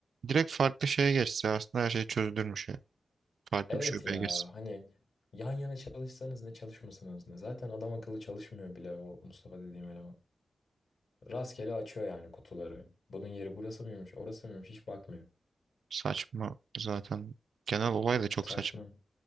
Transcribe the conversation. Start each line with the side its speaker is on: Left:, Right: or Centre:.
Right: direkt farklı şeye geçse aslında her şey çözülürmüş ya. Farklı
Left: Evet
Right: bir şubeye
Left: ya
Right: geçse.
Left: hani yan yana çalışsanız ne çalışmasanız ne. Zaten adam akıllı çalışmıyor bile o Mustafa dediğim eleman. Rastgele açıyor yani kutuları. Bunun yeri burası mıymış orası mıymış hiç bakmıyor.
Right: Saçma zaten. Genel olay da çok
Left: Saçma.
Right: saçma.